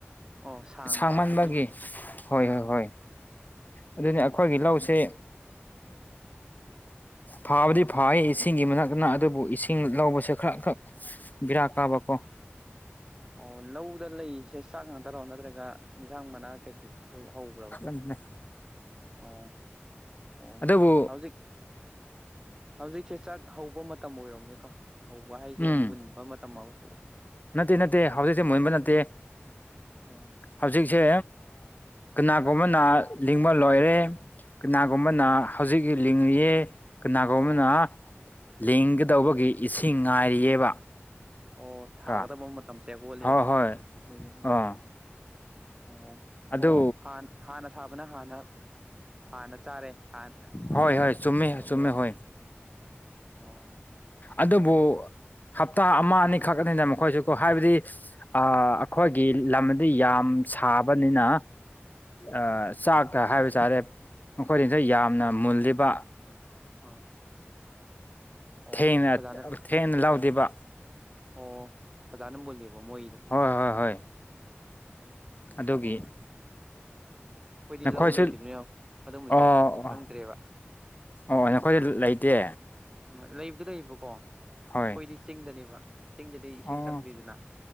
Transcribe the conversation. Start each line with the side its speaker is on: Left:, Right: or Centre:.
Right: ꯑꯣ ꯁꯥꯡꯅ
Left: ꯁꯥꯡꯃꯟꯕꯒꯤ
Right: ꯂꯥꯛꯄꯒꯤ
Left: ꯍꯣꯏ ꯍꯣꯏ
Right: ꯑꯥ
Left: ꯍꯣꯏ
Right: ꯑꯣ
Left: ꯑꯗꯨꯅꯤ ꯑꯩꯈꯣꯏꯒꯤ ꯂꯧꯁꯦ ꯐꯕꯗꯤ ꯐꯥꯌꯦ ꯏꯁꯤꯡꯒꯤ ꯃꯅꯥꯛꯇꯅ ꯑꯗꯨꯕꯨ ꯏꯁꯤꯡ ꯂꯧꯕꯁꯦ ꯈꯔ ꯈꯛ ꯕꯦꯔꯥ ꯀꯥꯕꯀꯣ
Right: ꯑꯣ ꯂꯧꯗ ꯂꯩꯁꯦ ꯆꯥꯛ ꯉꯥꯛꯇꯔꯣ ꯅꯠꯇ꯭ꯔꯒ ꯏꯟꯁꯥꯡ ꯃꯅꯥ ꯀꯩꯀꯩꯁꯨ ꯍꯧꯕ꯭ꯔꯕ
Left: ꯄꯨꯟꯅ
Right: ꯑꯣ ꯑꯣ
Left: ꯑꯗꯨꯕꯨ
Right: ꯍꯧꯖꯤꯛ ꯍꯧꯖꯤꯛꯁꯦ ꯆꯥꯛ ꯍꯧꯕ ꯃꯇꯝ ꯑꯣꯏꯔꯕꯅꯦꯀꯣ ꯍꯧꯕ ꯍꯥꯏꯖꯦ
Left: ꯎꯝ
Right: ꯃꯨꯟꯕ ꯃꯇꯝ ꯑꯃ ꯍꯧꯕ
Left: ꯅꯠꯇꯦ ꯅꯠꯇꯦ ꯍꯧꯖꯤꯛꯁꯦ ꯃꯨꯟꯕ ꯅꯠꯇꯦ
Right: ꯑꯣ
Left: ꯍꯧꯖꯤꯛ ꯆꯦ ꯀꯅꯥꯒꯨꯝꯕꯅ ꯂꯤꯡꯕ ꯂꯣꯏꯔꯦ ꯀꯅꯥꯒꯨꯝꯕꯅ ꯍꯧꯖꯤꯛꯒꯤ ꯂꯤꯡꯂꯤꯌꯦ ꯀꯅꯥꯒꯨꯝꯕꯅ
Right: ꯑꯣ
Left: ꯂꯤꯡꯒꯗꯧꯕꯒꯤ ꯏꯁꯤꯡ ꯉꯥꯏꯔꯤꯌꯦꯕ
Right: ꯑꯣ ꯊꯥꯒꯗꯕ
Left: ꯀꯣ
Right: ꯃꯇꯝꯁꯦ ꯍꯣꯜꯂꯤꯕ
Left: ꯍꯣꯏ ꯍꯣꯏ
Right: ꯃꯣꯏꯖꯦ ꯍꯥ
Left: ꯑꯥ
Right: ꯑꯣ
Left: ꯑꯗꯨ
Right: ꯑꯣ ꯍꯥꯟ ꯍꯥꯟꯅ ꯊꯥꯕꯅ ꯍꯥꯟꯅ ꯍꯥꯟꯅ ꯆꯥꯔꯦ ꯍꯥꯟꯅ
Left: ꯍꯣꯏ
Right: ꯀꯨꯏꯅꯑꯣ
Left: ꯍꯣꯏ ꯆꯨꯝꯃꯦ ꯆꯨꯝꯃꯦ
Right: ꯆꯠ__
Left: ꯍꯣꯏ
Right: ꯑꯣ
Left: ꯑꯗꯨꯕꯨ ꯍꯞꯇꯥ ꯑꯃ ꯑꯅꯤꯈꯛꯅꯤꯅ ꯃꯈꯣꯏꯖꯨꯀꯣ ꯍꯥꯏꯕꯗꯤ ꯑꯥ ꯑꯩꯈꯣꯏꯒꯤ ꯂꯝꯅꯗꯤ ꯌꯥꯝ ꯁꯥꯕꯅꯤꯅ ꯑꯥ ꯆꯥꯛꯇ ꯍꯥꯏꯕ ꯆꯥꯔꯦ ꯃꯈꯣꯏꯒꯤꯖꯦ ꯌꯥꯝꯅ ꯃꯨꯜꯂꯤꯕ
Right: ꯑꯥ ꯑꯣ
Left: ꯊꯦꯡꯅ
Right: ꯑꯣ ꯐꯖꯥꯅ
Left: ꯊꯦꯡꯅ ꯂꯧꯗꯦꯕ
Right: ꯑꯣ ꯑꯣ ꯐꯖꯥꯅ ꯃꯨꯜꯂꯤꯕ ꯃꯣꯏꯗꯣ
Left: ꯍꯣꯏ ꯍꯣꯏ ꯍꯣꯏ
Right: ꯎꯝ
Left: ꯑꯗꯨꯒꯤ
Right: ꯐꯔꯦ ꯐꯔꯦ ꯑꯩꯈꯣꯏꯗꯤ
Left: ꯅꯈꯣꯏꯁꯨ
Right: ꯂꯧ ꯂꯩꯇꯕꯅꯤꯅ ꯑꯗꯨꯝꯕꯁꯦ
Left: ꯑꯣ ꯑꯣ
Right: ꯈꯪꯗ꯭ꯔꯦꯕ
Left: ꯑꯣ ꯅꯈꯣꯏꯜ ꯂꯩꯇꯦ
Right: ꯎꯝ ꯂꯩꯕꯗꯤ ꯂꯩꯌꯦꯕꯀꯣ꯫
Left: ꯍꯣꯏ꯫
Right: ꯗꯤ ꯆꯤꯡꯗꯅꯦꯕ ꯆꯤꯡꯗꯗꯤ ꯏꯁꯤꯡ
Left: ꯑꯣ
Right: ꯆꯪꯗꯦꯗꯅ